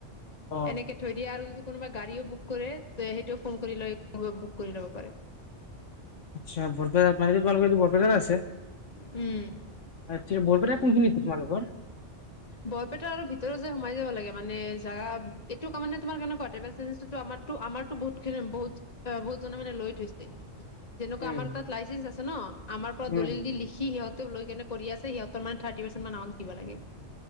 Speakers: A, on the left; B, on the left.
A: অ
B: এনেকে থৈ দিয়ে আৰু যুদু কোনবাই গাড়ীও বুক কৰে। যে সেইটোও ফোন কৰি লৈ বুক কৰি ল'ব পাৰে।
A: আচ্ছা, বৰপেটাৰ মানেদি তোমালোক বৰপেটাৰ আছে।
B: উম।
A: আচ্ছা বৰপেটা কোনখিনিত তোমালোকৰ
B: বৰপেটাৰ আৰু ভিতৰত যায় সোমাই যাব লাগে মানে জাগা এইটো কামানে তোমাৰ কেনেকুৱা মানে <unintelligible> আমাৰটো, আমাৰটো বহুতখিনি বহুত, বহুত জনে মানে লৈ থৈছে। যেনেকুৱা
A: উম
B: আমাৰ তাত লাইচেন্ঞ্চ আছে ন আমাৰ পৰা
A: উম
B: দলিল দি লিখি সিহঁত টোপ লৈকেনে কৰি আছে সিহঁত মানে থাৰ্টি পাৰ্চেট মান আমাক দিব লাগে।